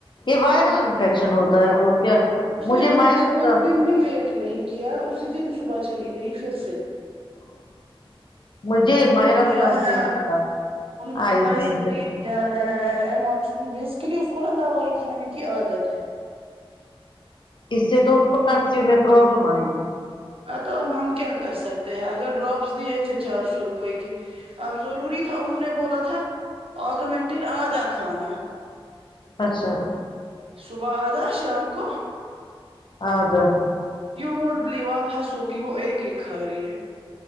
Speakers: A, on the left; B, on the right.
A: یہ وائرل انفیکشن ہوتا ہے اور کیا
B: اس نے
A: مجھے
B: اس
A: مائرل
B: نے ایک دن بھی ویٹ نہیں کیا اسی دن صبح چلی گئی پھر سے
A: <inaudible> مجھے
B: ان
A: ماہ
B: نے
A: رمضان
B: گیا
A: سے
B: ہے
A: ہوگا
B: آج انہوں نے
A: آئز میں
B: سگی
A: انفیکشن
B: دیا ایمک بیسکلی اس کو نا دوائی کھانے کی عادت ہے
A: اس سے تو اس کو کنفیو میں پروابلم آئے گی
B: ا تو اب ہم کیا کر سکتے ہیں اگر ڈراپس دیے تھے چار سو روپئے کے اب ضروری تھا انہوں نے بولا تھا آگمنٹن آدھا کھانا
A: اچھا
B: صبح آدھا شام کو
A: آدھا
B: یو وونٹ بلی آپ ہنسوگی وہ ایک ایک کھارہی ہے